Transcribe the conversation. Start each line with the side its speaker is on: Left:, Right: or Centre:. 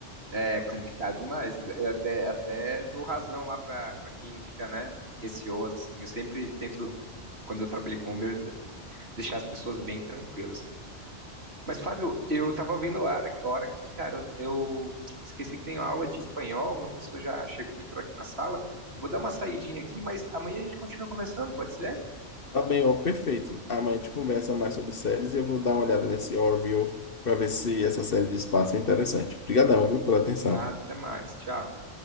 Right: é complicado demais. Eu até, até dou razão lá pra, pra quem fica, né, receoso, assim. Eu sempre tento, quando eu trabalhei com Uber, deixar as pessoas bem tranquilas. Mas, Fábio, eu tava vendo a hora, a hora aqui, cara, eu esqueci que tenho aula de espanhol, meu professor já chegou, entrou aqui na sala. Vou dar uma saidinha aqui, mas amanhã a gente continua conversando, pode ser?
Left: Tá bem, ó, perfeito. Amanhã a gente conversa mais sobre séries e eu vou dar uma olhada nesse Orville para ver se essa série de espaço é interessante. Obrigadão, viu, pela atenção.
Right: Nada, até mais. Tchau.